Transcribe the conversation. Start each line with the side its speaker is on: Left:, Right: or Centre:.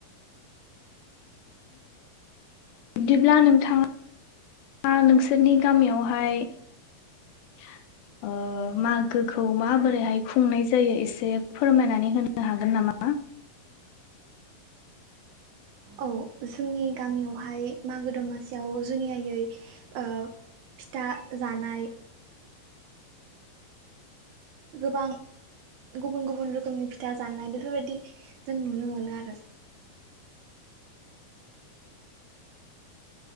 Left: बिब्दिब्ला नोंथाङा नोंसोरनि गामियावहाय <unintelligible> ओ मागोखौ माबोरैहाय खुंनाय जायो एसे फोरमायनानै होनो हागोन नामा
Right: औ जोंनि गामियावहाय मागो दमासियाव जुनियायै ओ फिथा जानाय गोबां गुबुन गुबुन रोखोमनि फिथा जानाय बेफोरबायदि जों नुनो मोनो आरो